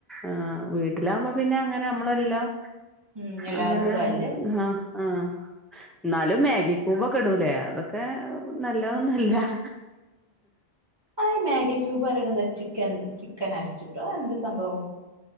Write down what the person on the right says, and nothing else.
ഉം എല്ലാതും
ഇടും അയില്
അയെന്ന ഈ മാഗി ക്യൂബ് പറയുന്നത് ചിക്ക ചിക്കൻ അരച്ചിട്ടോ അതെന്ത് സംഭവം?